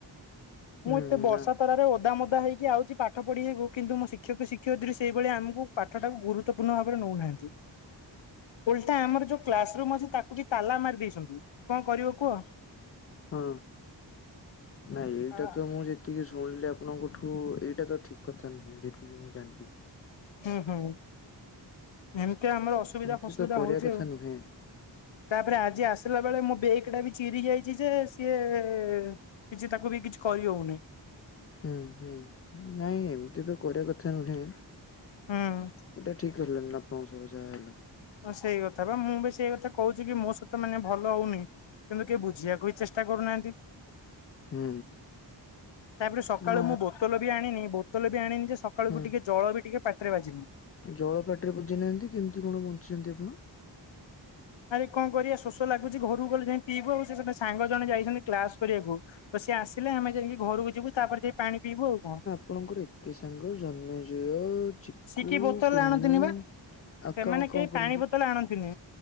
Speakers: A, on the left (about 35°); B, on the left (about 80°).
A: ହୁଁ
B: ମୁଁ ଏତେ ବର୍ଷା
A: ନା
B: ତରାରେ ଓଦା ମୋଦା ହେଇକି ଆଉଛି ପା ଠ ପଢିବାକୁ କିନ୍ତୁ ମୋ ଶିକ୍ଷକ ଶିକ୍ଷୟିତ୍ରୀ ସେଇଭଳି ଆମୁକୁ ପାଠଟାକୁ ଗୁରୁତ୍ୱପୂର୍ଣ୍ଣ ଭାବରେ ନଉନାହାନ୍ତି। ଓଲଟା ଆମର ଯୋଉ କ୍ଲାସ ରୁମ୍ ଅଛି ତାକୁ ବି ତାଲା ମାରି ଦେଇଛନ୍ତି କଣ କରିବ କୁହ।
A: ହଁ। ନାଇଁ ଏଇଟା
B: ଆ
A: ତ ମୁଁ ଯେ ତିକି ଶୁଣିଲି ଆପଣଙ୍କଠୁ ଏଇଟା ତ ଠିକ କଥା ନୁହେଁ ଯେତିକି ମୁଁ ଜାଣିଲି।
B: ହୁଁ ହୁଁ ଏମିତି ଆମର ଅସୁବିଧା
A: ଏମିତି
B: ଫସୁବିଧା
A: ତ କରିବା
B: ହଉଛି
A: କଥା
B: ଆଉ।
A: ନୁହେଁ
B: ତାପରେ ଆଜି ଆସିଲା ବେଳେ ମୋ ବେଗ ଟା ବି ଚିରିଯାଇଛି ଯେ ସିଏ କିଛି ତାକୁ ବି କିଛି କରିହଉନି।
A: ହୁଁ ହୁଁ ନାଇଁ ଏମିତି ତ କରିବା କଥା ନୁହେଁ
B: ହୁଁ
A: ସେଟା ଠିକ୍ ହେଲାନି ନା ଆପଣଙ୍କ ସହିତ ଯାହା ହେଲା।
B: ହ ସେଇ କଥା ବା ମୁଁ ବି ସେଇ କଥା କହୁଛି କି ମୋ ସହିତ ମାନେ ଭଲ ହଉନି। କିନ୍ତୁ କେହି ବୁଝିବାକୁ ହିଁ ଚେଷ୍ଟା କରୁନାହାନ୍ତି।
A: ହୁଁ।
B: ତାପରେ ସକାଳୁ
A: ନା
B: ମୁଁ ବୋତଲ ବି ଆଣିନି ବୋତଲ ବି ଆଣିନି ଯେ ସ ସକାଳୁ
A: ହୁଁ
B: କୁ ଟିକେ ଜଳ ବି ଟିକେ ପାଟିରେ ବାଜିନି।
A: ଜଳ ପାଟିରେ ବଜେଇନାହାନ୍ତି। କେମିତି କଣ ବଞ୍ଚିଛନ୍ତି ଆପଣ।
B: ଆରେ କଣ କରିବା ଶୋଷ ଲାଗୁଛି। ଘରୁକୁ ଗଲେ ଯାଇ ପିଇବୁ ଆଉ ସେ ସାଙ୍ଗ ଜଣେ ଯାଇଛନ୍ତି କ୍ଲାସ କରିବାକୁ ତ ସିଏ ଆସିଲେ ଆମେ ଯାଇକି ଘରକୁ ଯିବୁ। ତାପରେ ଯାଇ ପାଣି ପିଇବୁ ଆଉ କଣ।
A: ଆପଣଙ୍କର ଏତେ ସାଙ୍ଗ ଜନ୍ମେଜୟ ଚି
B: ସିଏ
A: କୁ-
B: କେହି ବୋତଲରେ
A: କୁନୁ
B: ଆଣନ୍ତିନି ବା।
A: ଆଉ
B: ସେମାନେ
A: କଣ
B: କେହି
A: କରନ୍ତି?
B: ପାଣି ବୋତଲ ଆଣନ୍ତିନି।